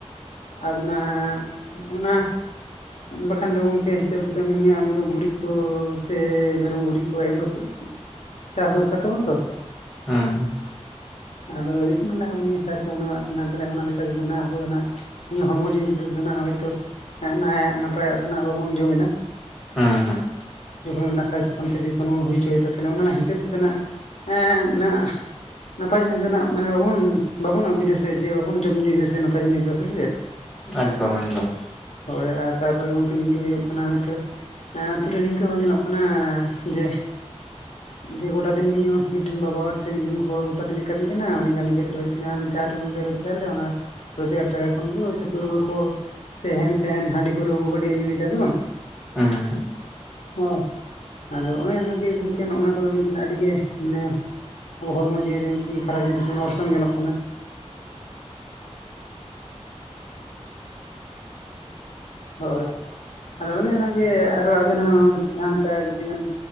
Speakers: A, on the left; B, in the centre.
A: ᱟᱨ ᱚᱱᱟᱜ ᱚᱱᱟ ᱵᱟᱠᱷᱟᱱ ᱫᱚ ᱜᱚᱢᱠᱮ ᱦᱤᱥᱟᱹᱵᱽ ᱨᱮᱫᱚ ᱱᱤᱭᱟᱹ ᱟᱵᱚ ᱫᱚ ᱜᱩᱨᱤᱡ ᱠᱚ ᱥᱮ ᱢᱮᱨᱚᱢ ᱜᱩᱨᱤᱡ ᱠᱚ ᱮᱢ ᱠᱟᱛᱮ ᱪᱟᱥ ᱫᱚᱨᱠᱟᱨ ᱛᱟᱵᱚᱱ ᱛᱚ
B: ᱦᱮᱸ
A: ᱟᱫᱚ ᱡᱚᱠᱷᱚᱱ ᱟᱵᱚ ᱱᱤᱭᱟᱹ ᱥᱟᱨ ᱠᱚᱵᱚᱱ ᱮᱢᱟᱜ ᱠᱟᱱᱟ ᱛᱟᱦᱞᱮ ᱚᱱᱟ ᱞᱮᱠᱟᱮᱫᱚ ᱟᱵᱚ ᱫᱚ ᱱᱟᱜ ᱤᱧᱟᱹᱜ ᱦᱚᱲᱢᱚ ᱡᱤᱣᱤ ᱨᱮᱫᱚ ᱱᱟᱱᱟᱜ ᱦᱚᱳᱭᱛᱳ ᱱᱟᱭᱟᱜ ᱱᱟᱯᱟᱭᱟᱜ ᱫᱚᱜ ᱵᱟᱵᱚᱱ ᱡᱚᱢ ᱮᱟ ᱾
B: ᱦᱮᱸ ᱦᱮᱸ
A: ᱡᱚᱠᱷᱚᱱ ᱚᱱᱟᱥᱟᱨ ᱪᱟᱯᱟᱱ ᱛᱮ ᱡᱚᱠᱷᱚᱱ ᱵᱚᱱ ᱦᱩᱭᱪᱚᱭᱮᱫᱟ ᱚᱱᱟ ᱦᱤᱥᱟᱹᱵ ᱛᱮᱫᱚᱱᱟᱜ ᱮ ᱱᱟᱯᱟᱭ ᱡᱤᱱᱤᱥ ᱨᱮᱱᱟᱜ ᱢᱟᱱᱮ ᱵᱟᱵᱚᱱ ᱵᱟᱵᱚᱱ ᱟᱹᱜᱩᱭᱮᱫ ᱥᱮ ᱡᱮ ᱵᱟᱵᱚᱱ ᱡᱚᱢ ᱧᱩᱭᱫᱟ ᱥᱮ ᱱᱟᱯᱟᱭ ᱡᱤᱱᱤᱥ ᱫᱚ ᱦᱮᱸ ᱥᱮ ᱪᱮᱫ
B: ᱮᱠᱫᱚᱢ ᱮᱠᱫᱚᱢ
A: ᱦᱳᱭ ᱟᱨ ᱛᱟᱯᱚᱨᱮ ᱜᱚᱝᱠᱮ ᱱᱤᱝᱠᱟᱹ ᱦᱩᱭᱩᱜ ᱠᱟᱱᱟ ᱦᱳᱭᱛᱚ ᱦᱮᱸ ᱟᱹᱛᱩᱨᱮ ᱱᱤᱝᱠᱟᱹ ᱦᱚᱸ ᱧᱮᱞᱚᱜ ᱠᱟᱱᱟ ᱡᱮ ᱡᱮ ᱜᱚᱴᱟ ᱫᱤᱱ ᱢᱤᱫᱴᱮᱱ ᱵᱟᱵᱟ ᱦᱚᱲ ᱥᱮ ᱢᱤᱫᱴᱮᱱ ᱜᱚᱲᱚ ᱜᱚᱴᱟ ᱫᱤᱱᱮ ᱠᱟᱹᱢᱤ ᱠᱟᱱᱟ ᱩᱱᱤ ᱠᱟᱹᱢᱤ ᱠᱷᱟᱹᱛᱤᱨ ᱦᱚᱭᱛᱳ ᱡᱟᱦ ᱡᱟᱦᱟᱸ ᱴᱩᱠᱩ ᱜᱮ ᱨᱚᱡᱽᱜᱟᱨ ᱚᱱᱟ ᱨᱚᱡᱽᱜᱟᱨ ᱴᱟᱠᱟ ᱛᱚᱠᱷᱚᱱ ᱜᱮ ᱦᱳᱭᱛᱳ ᱯᱟᱹᱨᱣᱟᱹ ᱠᱚ ᱥᱮ ᱦᱮᱱᱛᱷᱮᱱ ᱦᱟᱺᱰᱤ ᱯᱟᱹᱨᱣᱨᱟᱹ ᱠᱚ ᱠᱟᱴᱤᱡ ᱧᱩᱭᱮᱫᱟ ᱥᱮ ᱵᱟᱝ
B: ᱦᱮᱸ
A: ᱦᱳᱭ ᱟᱫᱚ ᱚᱱᱮ ᱚᱱᱟᱜᱮ ᱜᱚᱝᱠᱮ ᱱᱚᱜ ᱚᱱᱟ ᱠᱚᱫᱚ ᱢᱤᱫᱴᱮᱱ ᱟᱹᱰᱤ ᱜᱮ ᱢᱟᱱᱮ ᱟᱵᱚ ᱦᱚᱲᱢᱚ ᱡᱤᱣᱤ ᱨᱮ ᱢᱤᱫᱴᱤᱱ ᱠᱷᱟᱨᱟᱯ ᱡᱤᱱᱤᱥ ᱚᱨᱥᱚᱝ ᱜᱟᱱᱚᱜ ᱠᱟᱱᱟ ᱦᱳᱭ ᱟᱫᱚ ᱚᱱᱮ ᱚᱱᱟᱜᱮ ᱟᱨᱚ ᱟᱵᱤᱱ ᱦᱚᱸ ᱠᱟᱹᱴᱤᱡ ᱡᱟᱦᱟᱸ ᱞᱮᱠᱟ ᱡᱩᱫᱤ ᱵᱮᱱ